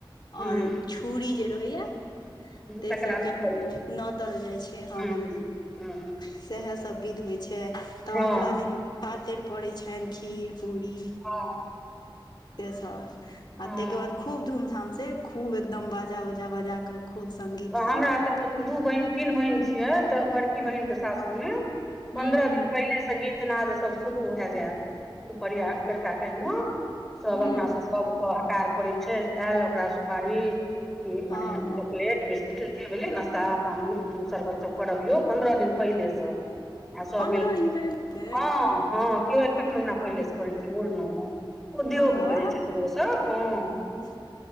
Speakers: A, in the centre; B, on the left.
A: हूँ
B: और छूरि जे रहैया। तैय
A: तकरा
B: सभके
A: नहि
B: के
A: कहल
B: नोतल जाइ छैय, हां।
A: जाइ छै हूँ हूँ
B: सएह सभ विध होइ छैय तब
A: हँ
B: अगिला दिन पातिर पड़ैत छनि खीर-पूरी।
A: हां
B: तैय सब अ
A: हँ
B: तेके बाद खूब धूमधाम से खूब एकदम बाजा उजा बजा कऽ खूब संगीत
A: हँ।
B: सब
A: हमरा तऽ दू बहिन, तीन बहिन छियै तऽ बड़की
B: ह
A: बहिनके सासुरमे
B: हूं
A: पन्द्रह
B: हूं
A: दिन पहिलेसे गीतनादसभ शुरू भए जायत। दुपहरिया बेरका
B: हँ
A: टाइम में सब
B: हूं
A: अंगना से सब हकार पुड़ै छैय, आयल ओकरा सुपारी ई मने
B: हँ हँ
A: चाॅकलेट। जे भेलै नास्ता पानी सर्बत सब कराबियौ पन्द्रह दिन पहिलेसे। आ सभ
B: पन्द्रह
A: मिल कऽ
B: दिन पहिले से
A: हां हां किओ एखक महिना पहिलेसे करै छैय मुड़नोमे। उद्योग
B: हँ वाह
A: करैय छथिन, ओसभ हां
B: हूं